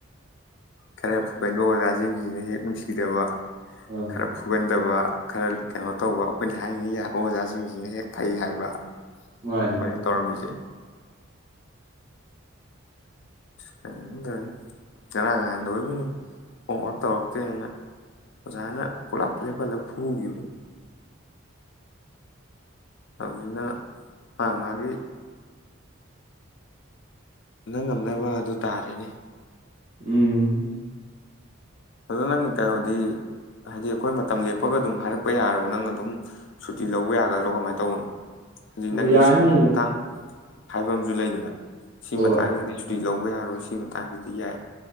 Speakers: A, on the left; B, on the right.
A: ꯈꯔ ꯐꯧꯒꯟꯕ ꯑꯣꯖꯥꯁꯤꯡꯁꯤꯅ ꯍꯦꯛ ꯅꯨꯡꯁꯤꯗꯕ
B: ꯑꯥ
A: ꯈꯔ ꯐꯨꯒꯟꯗꯕ ꯈꯔ ꯀꯩꯅꯣ ꯇꯧꯕ ꯑꯩꯈꯣꯏꯅ ꯍꯥꯏꯔꯤꯉꯩ ꯌꯥꯕ ꯑꯣꯖꯥꯁꯤꯡꯁꯤꯅ ꯍꯦꯛ ꯐꯩ ꯍꯥꯏꯕ ꯑꯩꯈꯣꯏꯅ
B: ꯃꯥꯅꯤ
A: ꯇꯧꯔꯃꯤꯖꯦ ꯀꯩꯅꯣ ꯇꯧꯅꯤ ꯆꯔꯥ ꯉꯍꯥꯟꯗ ꯑꯣꯏꯔꯕꯣꯏ ꯅꯤꯡꯢ ꯍꯣꯝꯋꯥꯛ ꯇꯧꯔꯛꯇꯦꯅ ꯑꯣꯖꯥꯅ ꯄꯨꯂꯞ ꯂꯦꯞꯍꯜꯂ ꯐꯨꯒꯤꯕꯗꯣ ꯍꯧꯖꯤꯛꯅ ꯃꯥ ꯃꯥꯒꯤ ꯅꯪ ꯉꯝꯅꯕ ꯑꯗꯨ ꯇꯥꯔꯦꯅꯦ
B: ꯎꯝ
A: ꯑꯗꯨꯗ ꯅꯪ ꯀꯩꯅꯣꯗꯤ ꯍꯥꯏꯗꯤ ꯑꯩꯈꯣꯏ ꯃꯇꯝ ꯂꯦꯞꯄꯒ ꯑꯗꯨꯝ ꯍꯥꯏꯔꯛꯄ ꯌꯥꯔꯕ ꯅꯪ ꯑꯗꯨꯝ ꯁꯨꯇꯤ ꯂꯧꯕ ꯌꯥꯒꯗ꯭ꯔꯣ ꯀꯃꯥꯏꯅ ꯇꯧꯕꯅꯣ ꯍꯧꯖꯤꯛ
B: ꯑꯣ
A: ꯅꯪꯒꯤ
B: ꯌꯥꯅꯤ
A: ꯁꯪꯕ ꯃꯇꯥꯡ ꯍꯥꯏꯕ ꯑꯃꯁꯨ ꯂꯩꯗꯅ ꯁꯤ
B: ꯍꯣꯏ
A: ꯃꯇꯥꯡꯁꯤꯗꯩ ꯁꯨꯇꯤ ꯂꯧ ꯍꯧꯕ ꯌꯥꯔꯣꯏ ꯁꯤ ꯃꯇꯥꯡꯁꯤꯗꯤ ꯌꯥꯏ